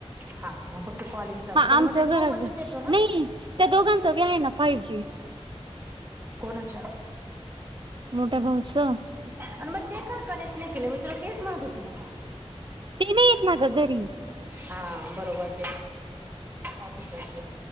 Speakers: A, on the right; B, on the right.
A: हा फक्त कॉलिंगचा, पण
B: आमचं
A: मग ते सोबतच
B: घरात
A: येतो ना?
B: नाही त्या दोघांचं बी आहे ना फाईव्ह जी.
A: कोणाच्या
B: मोठ्या भाऊचं
A: आणि मग ते काय करच नाही केलं मी तुला तेच म्हणत होती ना मग
B: ते नाही येत ना गं घरी.
A: हा बरोबर ते ऑफिसलाच